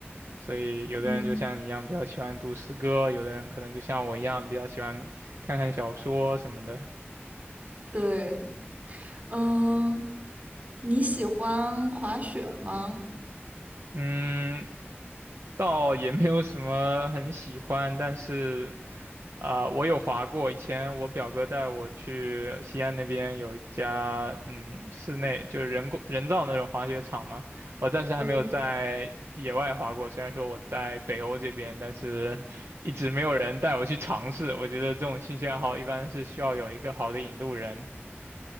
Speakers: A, on the right; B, on the right.
A: 所以有的人就像你一样比较喜欢读诗歌，
B: 嗯，
A: 有的人可能就像我一样比较喜欢看看小说什么的。
B: 对，嗯，你喜欢滑雪吗？
A: 嗯，倒也没有什么很喜欢，但是啊、我有滑过。以前我表哥带我去西安那边有一家嗯室内就是人工人造那种滑雪场嘛，我暂时还没有在野外滑过。
B: o k
A: 虽然说我在北欧这边，但是一直没有人带我去尝试。我觉得这种兴趣爱好一般是需要有一个好的引路人。